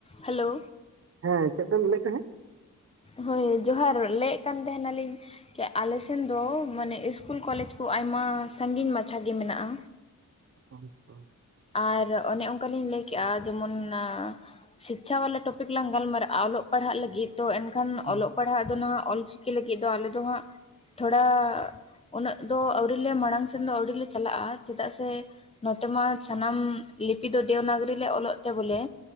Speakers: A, on the left; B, on the right.
A: ᱦᱮᱞᱳ᱾
B: ᱦᱮᱸ ᱪᱮᱫ ᱫᱚᱢ ᱞᱟᱹᱭᱮᱫ ᱛᱟᱦᱮᱸᱫ᱾
A: ᱦᱳᱭ ᱡᱚᱦᱟᱨ ᱞᱟᱹᱭᱮᱫ ᱠᱟᱱ ᱛᱟᱦᱮᱸᱱᱟᱞᱤᱧ ᱠᱮ ᱟᱞᱮ ᱥᱮᱱ ᱫᱚ ᱢᱟᱱᱮ ᱤᱥᱠᱩᱞ-ᱠᱚᱞᱮᱡᱽ ᱠᱚ ᱟᱭᱢᱟ ᱥᱟᱺᱜᱤᱧ ᱢᱟᱪᱷᱟ ᱜᱮ ᱢᱮᱱᱟᱜᱼᱟ᱾
B: <unintelligible>
A: ᱟᱨ ᱚᱱᱮ ᱚᱱᱠᱟ ᱞᱤᱧ ᱞᱟᱹᱭ ᱠᱮᱜᱼᱟ ᱡᱮᱢᱚᱱ ᱱᱟ ᱪᱷᱤᱠᱪᱷᱟ ᱣᱟᱞᱟ ᱴᱚᱯᱤᱠ ᱞᱟᱝ ᱜᱟᱞᱢᱟᱨᱟᱜᱼᱟ, ᱚᱞᱚᱜ ᱯᱟᱲᱦᱟᱜ ᱞᱟᱹᱜᱤᱫ ᱛᱚ ᱮᱱᱠᱷᱟᱱ
B: ᱦᱮᱸ
A: ᱚᱞᱚᱜ ᱯᱟᱲᱦᱟᱜ ᱫᱚᱱᱦᱟᱸᱜ ᱚᱞᱪᱤᱠᱤ ᱞᱟᱹᱜᱤᱫ ᱫᱚ ᱟᱞᱮ ᱫᱚ ᱦᱟᱸᱜ, ᱛᱷᱚᱲᱟ ᱩᱱᱟᱹᱜ ᱫᱚ ᱟᱹᱣᱨᱤ ᱞᱮ ᱢᱟᱲᱟᱝ ᱥᱮᱱ ᱫᱚ ᱟᱹᱣᱨᱤ ᱞᱮ ᱪᱟᱞᱟᱜᱼᱟ, ᱪᱮᱫᱟᱜ ᱥᱮ ᱱᱚᱛᱮ ᱢᱟ ᱥᱟᱱᱟᱢ ᱞᱤᱯᱤ ᱫᱚ ᱫᱮᱣᱱᱟᱜᱚᱨᱤ ᱞᱮ ᱚᱞᱚᱜ ᱛᱮ ᱵᱚᱞᱮ